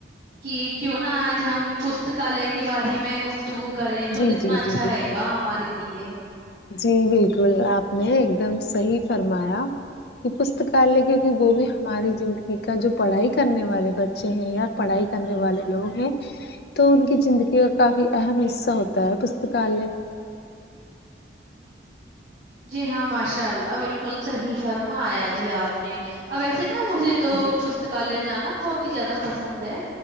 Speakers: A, on the right; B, on the left.
A: کی کیوں نہ آج ہم پستکالیہ کے بارے میں گیفت گفتگو کریں تو
B: جی
A: کتنا
B: جی
A: اچھا
B: جی بالکل
A: رہے گا ہمارے لیے
B: جی بالکل آپ نے ایک دم صحیح فرمایا کہ پستکالیہ کیونکہ وہ بھی ہماری زندگی کا جو پڑھائی کرنے والے بچے ہیں یا پڑھائی کرنے والے لوگ ہیں تو ان کی زندگی کا کافی اہم حصہ ہوتا ہے پستکالیہ
A: جی ہاں ماشاء اللہ بالکل صحیح فرما آیا جی آپ نے اب ویسے نا مجھے تو
B: جی
A: پستکالے جانا بہت ہی زیادہ پسند ہے